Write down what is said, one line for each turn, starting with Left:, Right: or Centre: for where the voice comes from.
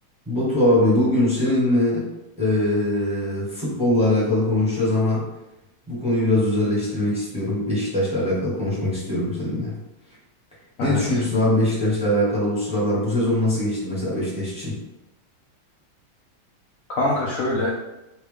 Centre: Batu abi bugün seninle eee, futbolla alakalı konuşacağız ama bu konuyu biraz özelleştirmek istiyorum. Beşiktaş'la alakalı konuşmak istiyorum seninle. Ne
Left: Evet.
Centre: düşünüyorsun abi Beşiktaş'la alakalı bu sıralar? Bu sezon nasıl geçti mesela Beşiktaş için?
Left: Kanka şöyle